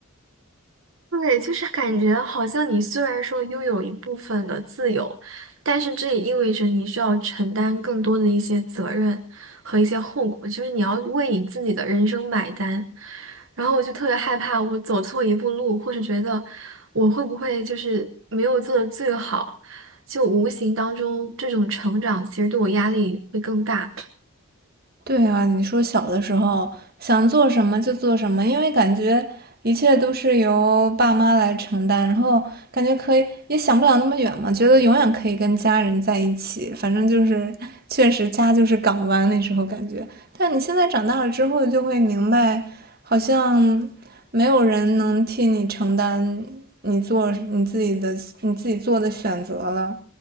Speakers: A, on the right; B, on the right.
A: 对，就是感觉好像你虽然说拥有一部分的自由，但是这也意味着你需要承担更多的一些责任和一些后果，就是你要为你自己的人生买单。然后我就特别害怕我走错一步路，或是觉得我会不会就是没有做的最好，就无形当中这种成长其实对我压力会更大。
B: 对啊，你说小的时候想做什么就做什么，因为感觉一切都是由爸妈来承担，然后感觉可以也想不了那么远嘛，觉得永远可以跟家人在一起，反正就是确实家就是港湾那时候感觉。但你现在长大了之后就会明白，好像没有人能替你承担你做你自己的你自己做的选择了。